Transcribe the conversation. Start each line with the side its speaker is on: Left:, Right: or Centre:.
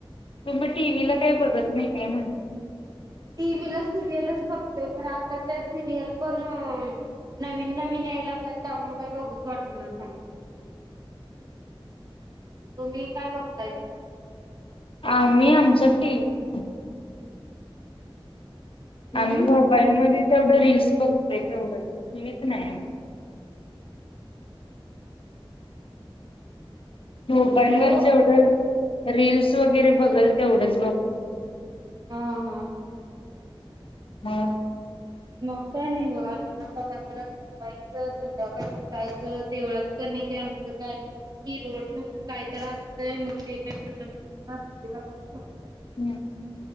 Left: तुम्ही टीव्हीला काही बघत नाही काय म्हणनं?
Right: टी व्ही ला सिरियलच बघतोय खरं आता त्या सिरियल पण नवीन-नवीन याय लागल्यात त्यामुळं कायी बघूच वाटेना झालं.
Left: <unintelligible>
Right: तुम्ही काय बघतायचा?
Left: आम्ही आमच टीम
Right: हम्म
Left: आम्ही मोबाईल मध्ये तेवढं रीलस बघतोय तेवढं टीव्हीच नाही मोबाईल
Right: हॅलो
Left: वर जेवढं रील्स वगैरे बघल तेवढंच बघत.
Right: हा हा.
Left: हां.
Right: मग काय नाही बघायलय <unintelligible> संध्याकाळी उठायचं देवळात त्यांनी ते आमचं काय? ती रोट म्हणून कायतर असतंय मग तेे चिकन मटन. <unintelligible>
Left: हम्म.